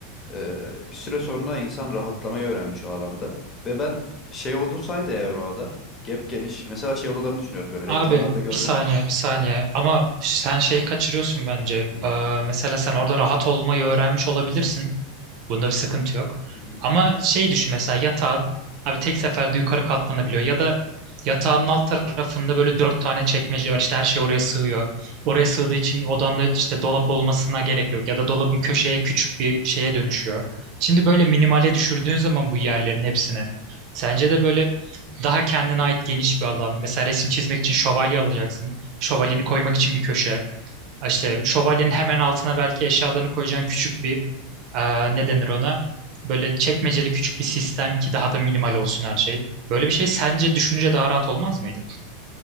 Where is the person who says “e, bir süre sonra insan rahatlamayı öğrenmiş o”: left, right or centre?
Left